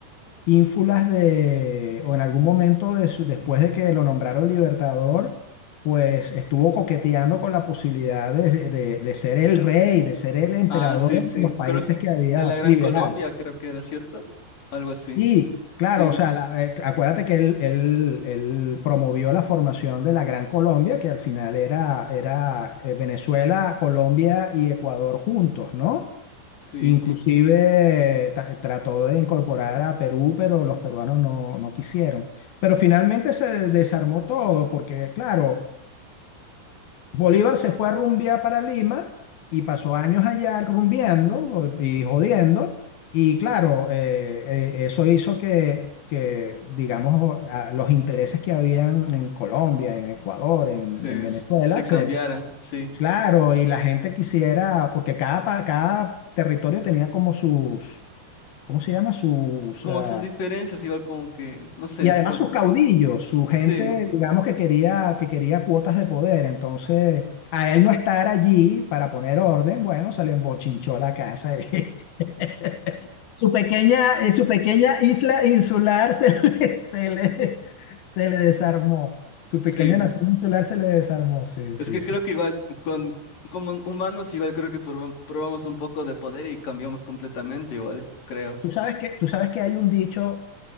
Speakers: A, on the left (about 60°); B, on the left (about 45°).
A: ínfulas de, o en algún momento de su- después de que lo nombraron libertador, pues estuvo coqueteando con la posibilidad de, de- de ser el rey, de ser el emperador
B: ah, sí, sí,
A: de los países
B: creo
A: que había
B: de la Gran
A: liberado.
B: Colombia, creo que era, ¿cierto? Algo así,
A: Sí, claro,
B: sí,
A: o sea, la- eh, acuérdate que él, él- él promovió la formación de la Gran Colombia, que al final era, era eh, Venezuela, Colombia y Ecuador juntos, ¿no?
B: sí,
A: Inclusive
B: y
A: eh, ta- trató de incorporar a Perú, pero los peruanos no, no quisieron. Pero finalmente se desarmó todo, porque claro, Bolívar se fue a rumbear para Lima y pasó años allá rumbeando y jodiendo. Y claro, eh, eh, eso hizo que, que, digamos, a- los intereses que habían en Colombia, en Ecuador, en,
B: se,
A: en Venezuela,
B: se se
A: se,
B: cambiaran, sí.
A: claro, y la gente quisiera, porque cada, pa- cada territorio tenía como sus, ¿cómo se llama? Sus,
B: como
A: eh,
B: sus diferencias, igual como que, no sé,
A: y además
B: como,
A: sus caudillos, su gente,
B: sí,
A: digamos, que quería, que quería cuotas de poder. Entonces, a él no estar allí para poner orden, bueno, se le embochinchó la casa. y- <laughs> Su pequeña, eh, su pequeña isla insular se le, <laughs> se le, se le desarmó. Su
B: sí.
A: pequeña nación insular se le desarmó. Sí,
B: Es
A: sí,
B: que
A: sí.
B: creo que igual con, como humanos, igual creo que proba- probamos un poco de poder y cambiamos completamente, igual, creo.
A: Tú sabes que, tú sabes que hay un dicho,